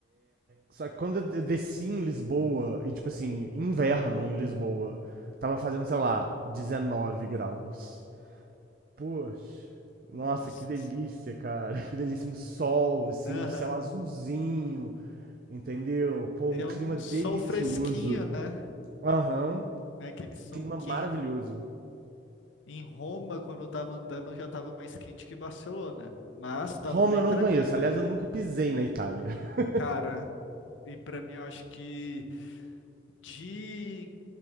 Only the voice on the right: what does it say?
Só que quando eu desci em Lisboa, e tipo assim, inverno em Lisboa, tava fazendo, sei lá, 19 graus. Poxa, nossa,
que delícia, cara. <laughs> Que delícia, um sol, assim,
um céu azulzinho, entendeu? Pô,
um
clima
delicioso.
Aham,
clima
maravilhoso.
Roma
eu
não conheço, aliás, eu nunca pisei na Itália. <laughs>